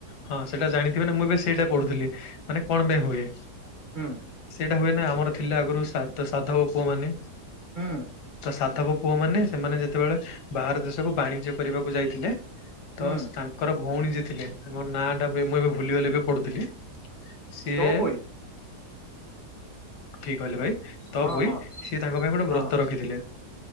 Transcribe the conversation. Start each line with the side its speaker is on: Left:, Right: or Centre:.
Left: ହଁ ସେଟା ଜାଣିଥିବେ ନା ମୁଁ ବି ସେଇଟା ପଢୁଥିଲି ମାନେ କଣ ପାଇଁ ହୁଏ।
Right: ହୁଁ
Left: ସେଇଟା ହୁଏ ନା ଆମର ଥିଲା ଆଗରୁ ସା ସାଧବ ପୁଅ ମାନେ
Right: ହୁଁ
Left: <inaudible> ତ ସାଧବ ପୁଅମାନେ ସେମାନେ ଯେତେବେଳେ ବାହାର ଦେଶକୁ ବାଣିଜ୍ୟ କରିବାକୁ ଯାଇଥିଲେ ତ
Right: ହୁଁ
Left: ତାଙ୍କ ଭଉଣୀ ଯେ ଥିଲେ ମୋ ନା ଟା ମୁଁ ଏବେ ଭୁଲିଗଲେ ଏବେ ପଢୁଥିଲି <inaudible> ସିଏ
Right: ଚଅପୋଇ
Left: ଠିକ୍‌ କହିଲେ ଭାଇ ତପୋଇ
Right: ହଁ ହଁ
Left: ସିଏ ତାଙ୍କ ପାଇଁ ଗୋଟେ
Right: ହଁ
Left: ବ୍ରତ ରଖିଥିଲେ।